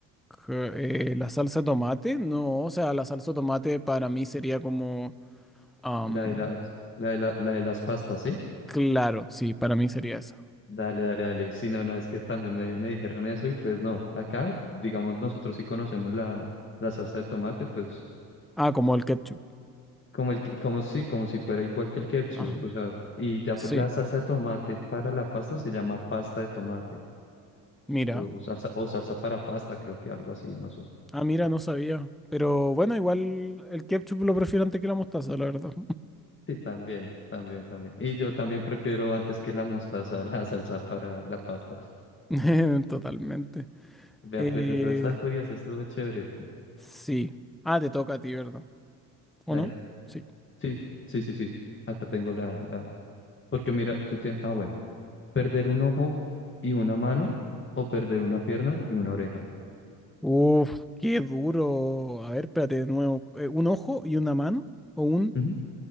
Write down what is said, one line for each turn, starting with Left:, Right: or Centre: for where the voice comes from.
Centre: Je- eh, ¿la salsa de tomate? No, o sea, la salsa de tomate para mí sería como, am,
Left: La de las, la de la, la de las pastas, ¿sí?
Centre: claro, sí, para mí sería esa.
Left: Dale, dale, dale. Sí, no, no, es que también me, me dijeron eso y pues no, acá, digamos, nosotros sí conocemos la, la salsa de tomate, pues...
Centre: Ah, como el ketchup.
Left: Como el que- como si, como si fuera igual que el ketchup,
Centre: Ajá.
Left: o sea, y ya
Centre: Sí.
Left: pues la salsa de tomate para la pasta se llama pasta de tomate,
Centre: Mira,
Left: o, o salsa, o salsa para pasta, creo que algo así, no sé.
Centre: Ah, mira, no sabía. Pero bueno, igual el ketchup lo prefiero antes que la mostaza, la verdad.
Left: Sí, también, también, también. Y yo también prefiero antes que la mostaza, <laughs> la salsa para la pasta.
Centre: <laughs> Totalmente.
Left: Vea,
Centre: Eh,
Left: pues esa está curiosa, esto es chévere.
Centre: sí. Ah, te toca a ti, ¿verdad? ¿O
Left: Dale.
Centre: no? Sí.
Left: Sí, sí, sí, sí. Acá tengo la, la. Porque mira, tú tienes, ah, bueno, perder un ojo y una mano, o perder una pierna y una oreja.
Centre: Uf, qué duro. A ver, espérate de nuevo. Eh, ¿un ojo y una mano? ¿O un,
Left: Ujú.